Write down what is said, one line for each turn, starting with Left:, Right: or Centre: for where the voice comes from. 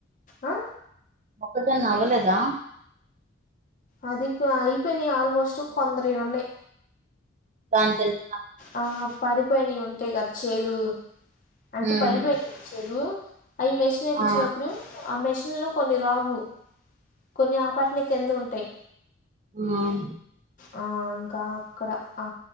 Left: ఆ
Right: మొక్కజొన్న అవ్వలేదా
Left: అది అయిపోయినై ఆల్మోస్ట్ కొందరయి ఉన్నయి
Right: దానకి ఎల్
Left: ఆ పడిపోయినయి ఉంటాయి కదా చెలు అంటే
Right: ఉమ్
Left: పడిపోయినా చెలు అయి మెషిన్ ఎపిచ్చినప్పుడు
Right: ఆ
Left: ఎమ్మెష్ లో కొన్ని రావు కొన్ని ఆ పాట్నే కింద ఉంటాయి
Right: ఉమ్
Left: ఆ ఇంకా అక్కడ ఆ